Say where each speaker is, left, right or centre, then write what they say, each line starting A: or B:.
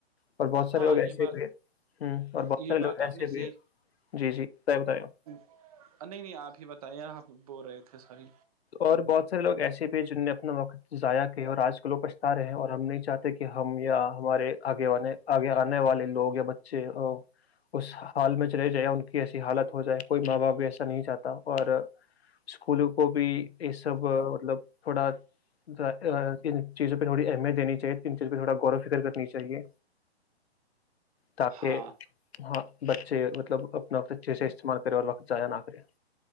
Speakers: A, on the left; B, on the right.
A: اور بہت سارے
B: ہاں
A: لوگ
B: یہ
A: ایسے
B: بات
A: بھی ہے ہ اور بہت
B: یہ
A: سارے لوگ
B: بات آپ
A: ایسے
B: نے
A: بھی
B: صحیح
A: ہے جی جی ب بت آپ
B: نہیں نہیں آپ ہی بتائیے آپ بول رہے تھے سوری
A: اور بہت سارے لوگ ایسے بھی جن نے اپنا وقت ضائع کیاے اور آج کے لوگ پچھتا رہے ہیں اور ہم نہیں چاہتے کہ کہ ہم یا ہمارے آگے آگے آنے والے لوگ یا بچے اس حال میں چلے جائے ان کی ایسی حالت ہو جائے کوئی ماں باپ بھی ایسا نہیں جاتتا اور اسکولوں کو بھی یہ سب مطلب تھوڑا ان چیزوں پہ تھوی اہمیت دینی چاہیے تو ان چیزوں پہ تھوڑا غور و فکر کرنی چاہیے تاک کہ
B: ہاں
A: ہاں بچے مطلب اپنا وقت اچھے سے استعمال کرے اور وقت ضائع نہ کرے